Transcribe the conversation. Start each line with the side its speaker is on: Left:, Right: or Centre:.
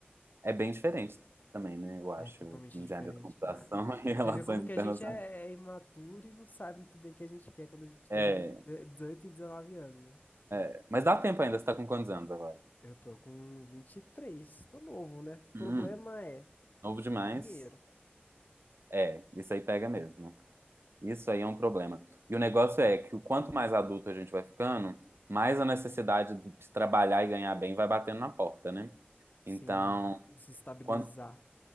Right: é bem diferente também, né? Eu acho,
Left: É totalmente
Right: engenharia
Left: diferente,
Right: da computação
Left: cara.
Right: <laughs> e relações
Left: Você vê como que
Right: internacionais.
Left: a gente é, é imaturo e não sabe muito bem o que a gente quer quando a gente
Right: É,
Left: tem dezoito e 19 anos, né?
Right: é, mas dá tempo ainda, você tá com quantos anos agora?
Left: Eu tô com vinte e três tô novo, né? Problema
Right: Hum,
Left: é
Right: novo demais.
Left: dinheiro.
Right: É, isso aí pega mesmo. Isso aí é um problema. E o negócio é que o quanto mais adulto a gente vai ficando, mais a necessidade do- de trabalhar e ganhar bem vai batendo na porta, né? Então,
Left: Sim, de se estabilizar
Right: quan-